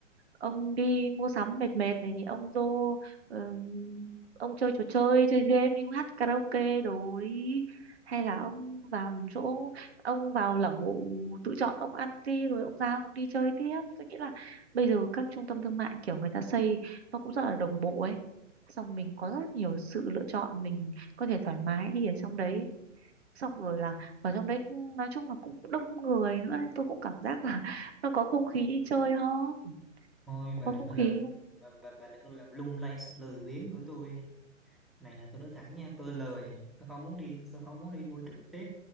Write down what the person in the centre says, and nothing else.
thôi
bà
đừng
có
làm bà, bà, bà đừng có làm lung lay sự lười biếng của tôi này là tôi nói thẳng nha tôi lười tôi không muốn đi tôi không muốn đi mua trực tiếp